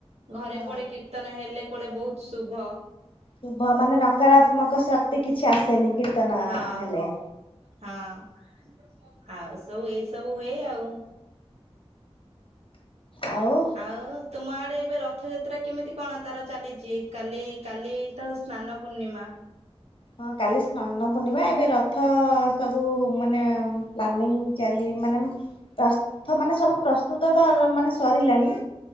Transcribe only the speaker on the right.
ଘରେ
କୁଆଡେ କୀର୍ତ୍ତନ ହେଲେ କୁଆଡେ ବୋହୁତ ଶୁଭ।
ଶକ୍ତି
ହଁ
ହଁ ଆଉ ସବୁ ଏଇସବୁ ହୁଏ ଆଉ।
ଆଉ ତୁମ ଆଡେ ଏବେ ରଥଯାତ୍ରା କିମିତି କଣ ତାର ଚାଲିଛି, କାଲି କାଲି ତାର ସ୍ନାନ ପୂର୍ଣ୍ଣିମା।